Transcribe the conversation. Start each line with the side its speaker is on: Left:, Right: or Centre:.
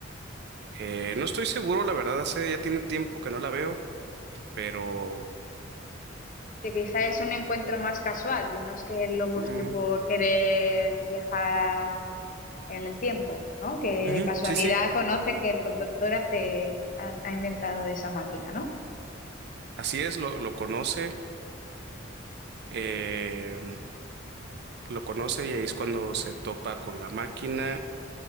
Right: Eh, no estoy seguro, la verdad, hace ya tiene tiempo que no la veo, pero...
Left: Que quizá es un encuentro más casual, que no es que él lo busque
Right: mm,
Left: por querer viajar a en el tiempo, ¿no? Que
Right: ujú,
Left: de casualidad
Right: sí, sí.
Left: conoce que el conductor hace, ha, ha inventado esa máquina, ¿no?
Right: Así es, lo, lo conoce, eh, lo conoce y ahí es cuando se topa con la máquina.